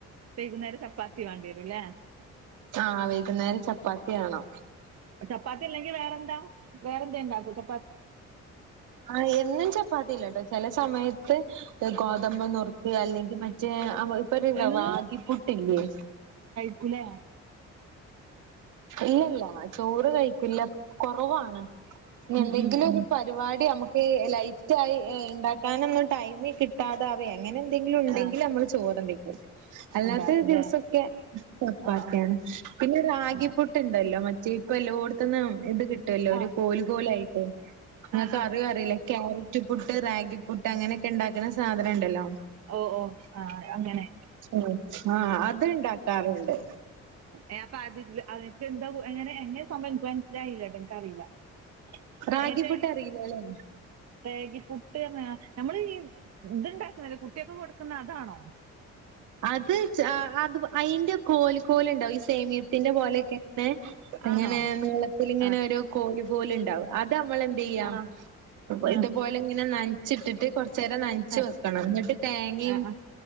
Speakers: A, on the right; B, on the right.
A: വൈകുന്നേരം ചപ്പാത്തി വേണ്ടി വരുല്ലേ
B: ആ വൈകുന്നേരം ചപ്പാത്തിയാണ്
A: ചപ്പാത്തി ഇല്ലെങ്കി വേറെന്താ വേറെന്തെ ഇണ്ടാക്കും ച
B: ആ എന്നും ചപ്പാത്തില്ലട്ടോ ചെല സമയത്ത് ഗോതമ്പ് നുറുക് അല്ലെങ്കി മറ്റേ അ ഇപ്പം
A: എന്നും
B: റാഗി പൊടിയില്ലെ
A: ക്കൂലെ
B: ഇല്ലല്ല ചോറ് കഴിക്കില്ല കുറവാണ്
A: ഉം
B: എന്തെങ്കിലും
A: ഉം ഉം
B: ഒരു പരിപാടി നമക് ലൈറ്റയി ഇണ്ടാക്കാനൊന്നും ടൈമ് കിട്ടാതെ ആവേ അങ്ങനെ എന്തെങ്കിലു ഉണ്ടെങ്കി
A: ആഹ്
B: നമ്മള് ചോറണ്ടെങ്കും അല്ലാത്ത
A: ഉണ്ടാക്കൂലേ
B: ദിവസൊക്കെ ചപ്പാത്തിയാണ്
A: ആഹ്
B: പിന്നെ റാഗി
A: ആഹ്
B: ണ്ടല്ലോ മറ്റേ ഇപ്പല്ലോട്ത്തുന്നും ഇത് കിട്ടുവല്ലോ ഒരു
A: ആഹ്
B: കോല് കോലായിട്ട് നിങ്ങക്ക്
A: ആഹ് ആഹ്
B: അറിയോ അറിയില്ല ക്യാരറ്റ് പുട്ട് റാഗി പുട്ട് അങ്ങനെക്കെ ഉണ്ടാക്കുന്ന സാധനം ഉണ്ടല്ലോ
A: ഓ ഓ ആഹ് അങ്ങനെ
B: അ ആ അത്ണ്ടാക്കാറ്ണ്ട്
A: എ അപ്പ അത് അനക്ക് എന്താ എങ്ങനെ എങ്ങനെ സംഭവ എ മനസ്സിലായില്ലോട്ടെ എൻക്ക്റിയില്ല <unintelligible>
B: റാഗിപുട്ട് അറിയില്ലല്ലേ
A: രാഗി പുട്ട് റഞ്ഞ നമ്മൾ ഈ ഇത്ണ്ടാക്കുന്ല്ല കുട്ടിയക്കെ കൊടുക്കുന്ന അതാണോ
B: അത് അത് അയിന്റെ കോൽ കോലുണ്ടാവും ഈ സേമിയത്തിന്റെ പോലെയൊക്കെ എങ്ങനെ
A: ആണോ
B: നീളത്തി ഇങ്ങനെ
A: ആഹ്
B: ഒരു കോഴി പോല ഉണ്ടാവും അത് നമ്മള എന്ത് ചെയ്യാ
A: ആഹ് ആഹ്
B: ഇതുപോലെ ഇങ്ങനെ ന ചിട്ടിട്ട് കൊറച്ച നേരം നനച്ച്
A: ആഹ്
B: വെക്കണം എന്നിട്ട് തേങ്ങയും
A: ആഹ് ആഹ്